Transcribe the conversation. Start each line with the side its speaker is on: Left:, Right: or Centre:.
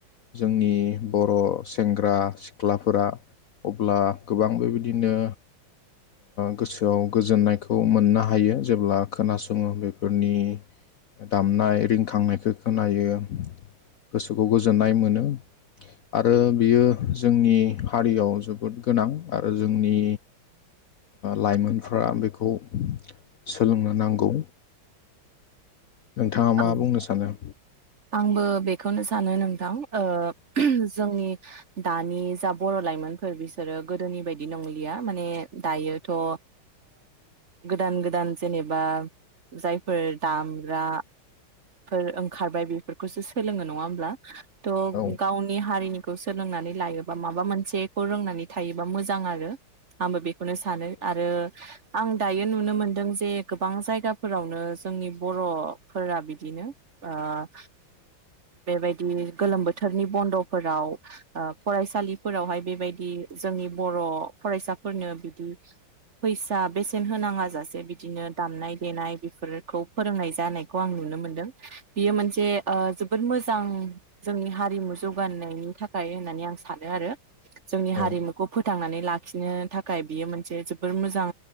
Left: जोंनि बर' सेंग्रा सिख्लाफोरा अब्ला गोबां बेबायदिनो गोसोआव गोजोननायखौ खौ मोननो हायो जेब्ला खोनासङो बेफोरनि दामनाय रिंखांनायखौ खोनायो गोसोखौ गोजोननाय मोनो आरो बेयो जोंनि हारियाव जोबोद गोनां आरो जोंनि लाइमोनफ्रा बेखौ खौ सोलोंनो नांगौ नोंथाङा मा
Right: औ
Left: बुंनो सानो
Right: आंबो बेखौनो सानो नोंथां ओ जोंनि दानि जा बर' लाइमोनफोर बिसोरो गोदोनि बायदि नंलिया माने दायोथ' ओ गोदान गोदान जेनेबा जायफोर दामग्रा फोर ओंखारबाय बेफोरखौसो सोलोङो नङा होमब्ला त'
Left: औ
Right: गावनि हारिनि खौ सोलोंनानै लायोबा माबा मोनसेखौ रोंनानै थायोबा मोजां आरो आंबो बेखौनो सानो
Left: नंगौ
Right: आरो आं दायो नुनो मोनदों जे गोबां जायगाफोरावनो जोंनि बर'फोरा बिदि बिदिनो ओ बेबायदि गोलोम बोथोरनि बन्द'फोराव फरायसालिफोरावहाय बेबायदि जोंनि बर' फरायसाफोरनो बिदि फैसा बेसेन होनाङा जाासे बिदिनो दामनाय देनाय बेफोरखौ फोरोंनाय जानायखौ आं नुनो मोन नों बियो मोनसे जोबोद मोजां जोंनि हारिमु जौगानायनि थाखाय होननानै आं सानो आरो जोंनि हारिमुखौ
Left: औ
Right: फोथांनानै लाख खिनो थाखाय बियो मोनसे जोबोर मोजां